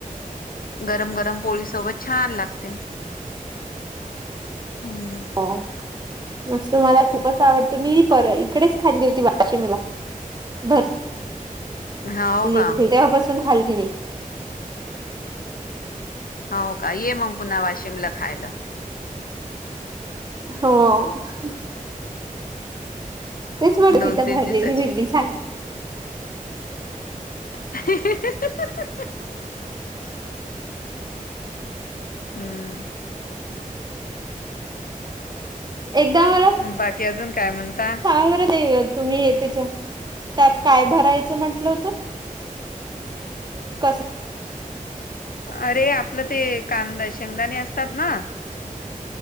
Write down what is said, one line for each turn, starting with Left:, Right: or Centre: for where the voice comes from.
Left: गरम गरम पोळीसोबत छान लागते. हम्म.
Right: हो मस्त मला खूपच आवडतं मी पर इकडेच खाल्ली होती वाशिमला बरं..
Left: हो
Right: ली
Left: का
Right: भेटापासून खाल्ली नाही.
Left: हो का ये मग पुन्हा वाशिमला खायला..
Right: हो.. तेच म्हडत
Left: दोन
Right: तिथं
Left: तीन
Right: भरलेली
Left: दिवसाचे
Right: भिंडी झाड.
Left: <unintelligible> हम्.
Right: एकदा मला
Left: बाकी अजून काय म्हणता..
Right: वर येईल तुम्ही त्याच्या त्यात काय भरायचं म्हंटलं होतं.. कस
Left: अरे आपलं ते कांदा शेंगदाणी असतात ना..